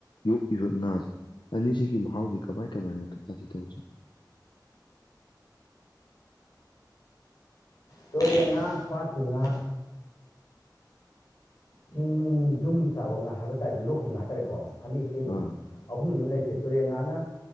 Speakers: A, on the left; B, on the left.
A: ꯌꯣꯛꯏꯕ ꯉꯥꯁꯦ ꯑꯅꯤꯁꯤꯒꯤ ꯃꯍꯥꯎꯗꯤ ꯀꯃꯥꯏ ꯀꯃꯥꯏꯅꯗꯤ ꯇꯧꯕꯁꯦ
B: ꯇꯨꯔꯦꯜ ꯉꯥ ꯄꯥꯠꯀꯤ ꯉꯥ ꯁꯤꯡ ꯌꯨꯝ ꯆꯥꯕ ꯉꯥ ꯍꯥꯏꯕ ꯇꯥꯦꯣ ꯂꯣꯛꯈꯤꯕ ꯉꯥ ꯍꯥꯏꯇꯥꯔꯦꯀꯣ ꯑꯅꯤ ꯁꯦ ꯑꯗꯨꯝ
A: ꯑꯥ
B: ꯑꯍꯨꯝꯅꯦꯕ ꯂꯩꯥꯏꯁꯤ ꯇꯨꯔꯦꯟ ꯉꯥꯅ